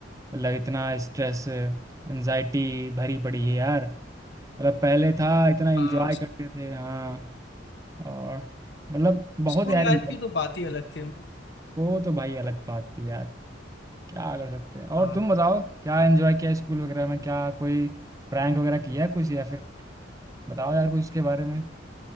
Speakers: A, on the right; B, on the left.
A: मतलब इतना स्ट्रेस एनजाइटी भरी पड़ी है यार मतलब पहले था इतना एंजॉय
B: आ,
A: करते
B: स-
A: थे हाँ और मतलब बहुत
B: स्कूल
A: यार
B: लाइफ
A: enjoy
B: की तो बात ही अलग थी
A: वो तो भाई अलग बात थी यार क्या कर सकते हैं और
B: आ,
A: तुम बताओ क्या एंजॉय किया स्कूल वगैरह में क्या कोई प्रैंक वगैरह किया है कुछ या फिर बताओ यार कुछ उसके बारे में